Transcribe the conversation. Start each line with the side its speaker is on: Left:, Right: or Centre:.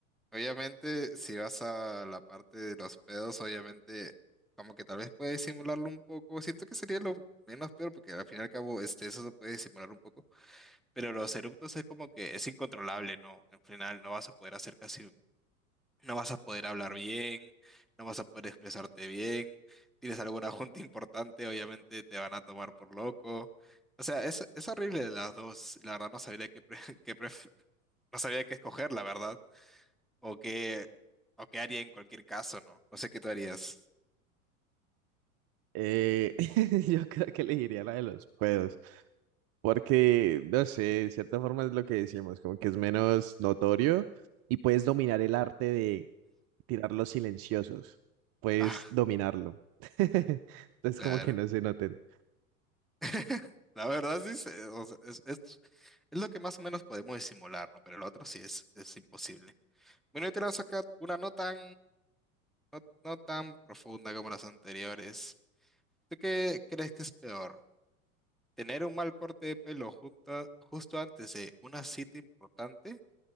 Centre: Obviamente, si vas a la parte de los pedos, obviamente, como que tal vez puedes simularlo un poco. Siento que sería lo menos peor, porque al fin y al cabo, este, eso se puede simular un poco. Pero los eruptos es como que es incontrolable, ¿no? Al final no vas a poder hacer casi no vas a poder hablar bien, no vas a poder expresarte bien. Tienes alguna <laughs> junta importante, obviamente te van a tomar por loco. O sea, es, es horrible las dos. La verdad no sabría qué, pre- <laughs> qué pref- no sabría qué escoger, la verdad. O qué, o qué haría en cualquier caso, ¿no? No sé qué tú harías.
Right: Eh, <laughs> yo creo que elegiría la de los pedos, porque, no sé, de cierta forma es lo que decimos, como que es menos notorio y puedes dominar el arte de tirar los silenciosos, puedes
Centre: Ah,
Right: dominarlo. <laughs> Entonces,
Centre: claro.
Right: como que no se noten.
Centre: <laughs> La verdad sí, se- o sea, es, es, es lo que más o menos podemos disimular, ¿no? Pero el otro sí es, es imposible. Bueno, yo te lanzo acá una nota No, no tan profunda como las anteriores. ¿Tú qué crees que es peor? ¿Tener un mal corte de pelo junta- justo antes de una cita importante?